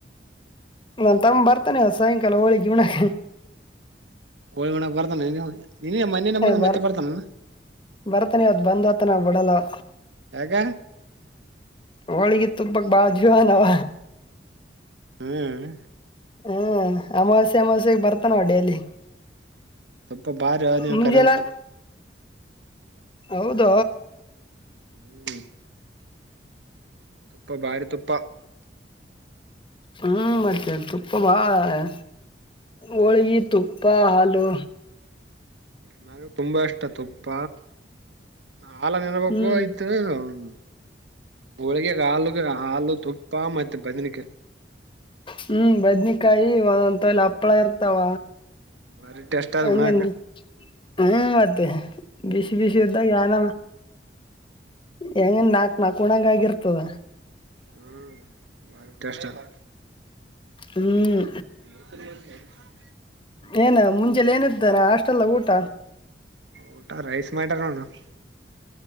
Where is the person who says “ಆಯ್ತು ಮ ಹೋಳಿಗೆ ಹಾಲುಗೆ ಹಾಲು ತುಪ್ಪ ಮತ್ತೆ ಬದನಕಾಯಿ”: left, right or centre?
Right